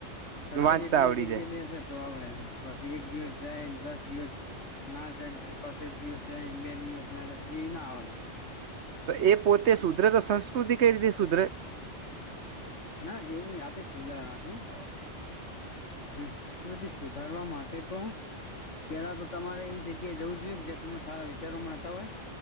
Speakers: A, on the left; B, on the right.
A: સતર
B: વાંચતા
A: એકનીક
B: આવડી
A: જગ્યા
B: જાય
A: બેસે તો આવડે એમ પછી એક દિવસ જાયને દસ દિવસ ના જાયને વળ પાછો એક દિવસ જાય બે દિવસ ના જાય એ ના આવડે
B: તો એ પોતે સુધરે તો સંસ્કૃતિ કઈ રીતે સુધરે
A: ના એવું નહી આપે ઉદાહરણ આપ્યું સંસ્કૃતિ સુધારવા માટે તો પેલા તો તમારે એવી જગ્યા જવું જોઈએ કે જ્યાં તમને સારા વિચારો મળતા હોય